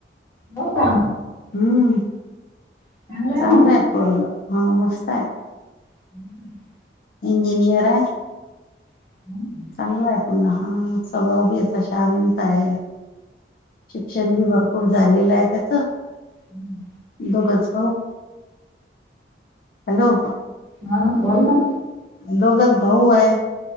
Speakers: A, on the left; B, on the left.
A: हो का
B: हम्म
A: चांगलं आहे
B: चांगलंय
A: मग.
B: पोरग हा मस्त आहे.
A: <inaudible>
B: इंजनीयर आहे.
A: <inaudible>
B: चांगला आहे पण लहान स्वभाव बी असा शांत आहे. शिक्षण भी भरपूर झालेलं आहे त्याचं
A: हम्म.
B: <unintelligible> हॅलो.
A: हा बोल ना.
B: दोघच भाऊ आहे.